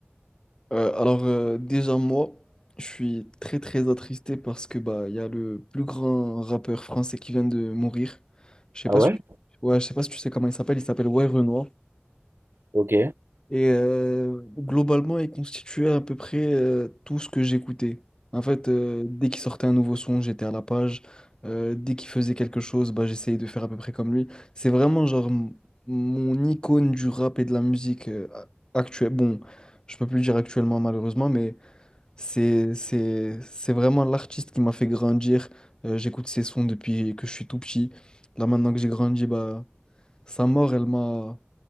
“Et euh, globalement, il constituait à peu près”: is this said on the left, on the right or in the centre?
Left